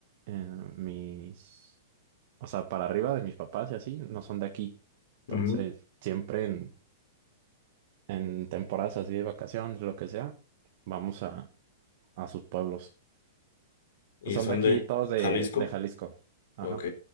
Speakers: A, on the right; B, on the left.
A: eh, mis, o sea, para arriba de mis papás y así, no son de aquí. Entonces,
B: ujú.
A: siempre en, en temporadas así de vacaciones, lo que sea, vamos a, a sus pueblos.
B: ¿Y
A: Pues son
B: son
A: de aquí
B: de
A: todos de,
B: Jalisco?
A: de Jalisco. Ajá,
B: Ok.